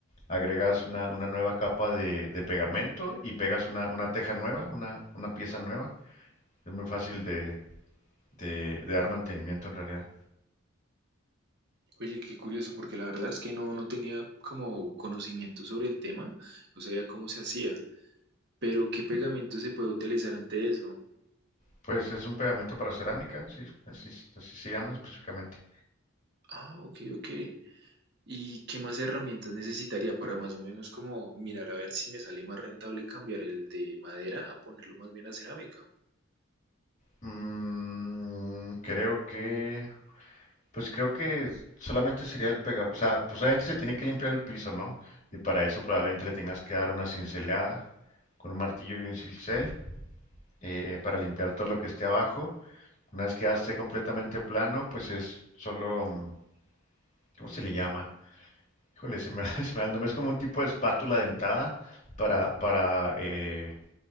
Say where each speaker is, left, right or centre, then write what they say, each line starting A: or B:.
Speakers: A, on the left; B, on the right.
A: agregas una, una nueva capa de, de pegamento y pegas una, una teja nueva, una, una pieza nueva. Es muy fácil de, de, de dar mantenimiento en realidad.
B: Oye, qué curioso, porque la verdad es que no, no tenía como conocimiento sobre el tema, no sabía cómo se hacía, pero ¿qué pegamento se puede utilizar ante eso?
A: Pues es un pegamento para cerámica, sí, así, así se llama específicamente.
B: Ah, ok, ok. ¿Y qué más herramientas necesitaría para más o menos como mirar a ver si me sale más rentable cambiar el de madera a ponerlo más bien a cerámica?
A: Mm, creo que... Pues creo que solamente sería el pegado, o sea, pues obviamente se tiene que limpiar el piso, ¿no? Y para eso probablemente le tengas que dar una cincelada con un martillo y un cincel eh, para limpiar todo lo que esté abajo. Una vez que ya esté completamente plano, pues es solo, mm, ¿cómo se le llama? Híjole, se me, <laughs> se me va el nombre, es como un tipo de espátula dentada para, para, eh,